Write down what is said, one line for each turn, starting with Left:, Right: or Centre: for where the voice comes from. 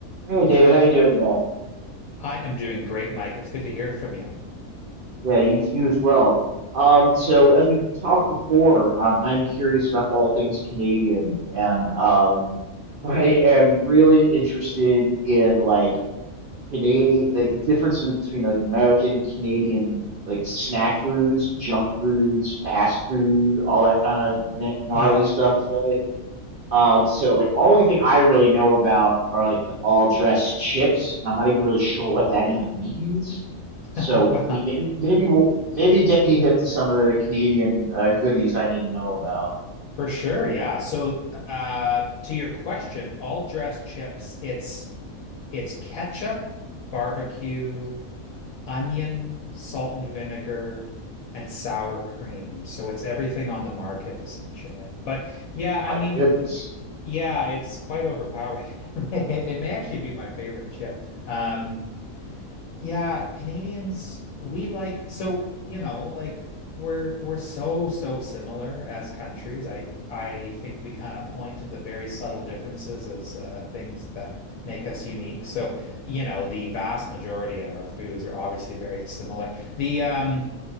Right: Hey David, how you doing today?
Left: I am doing great, Mike. It's good to hear from you.
Right: Yeah, you you as well. Um, so as we've talked before, um, I'm curious about all things Canadian, and um, <laughs> I am really interested in like Canadian, like the differences between like American and Canadian, like snack foods, junk foods, fast food, all that kind of gnarly
Left: Yeah.
Right: stuff today. Um, so like only thing I really know about are like the all dressed chips, and I'm not even really sure what
Left: Oh,
Right: that
Left: yeah.
Right: even means. So
Left: <laughs> Well,
Right: I mean, maybe maybe we'll, maybe get me hip to some of the Canadian uh, goodies I need to know about.
Left: for sure. Yeah. So, uh, to your question, all dressed chips, it's it's ketchup, barbecue, onion, salt and vinegar, and sour cream. So it's everything on the market essentially. But yeah,
Right: Oh
Left: I
Right: My
Left: mean,
Right: goodness.
Left: yeah, it's quite overpowering. <laughs> They may actually be my favorite chip. Um, Yeah, Canadians, we like so, you know, like we're we're so so similar as countries. I I think we kind of point to the very subtle differences as uh, things that make us unique. So, you know, the vast majority of our foods are obviously very similar. The um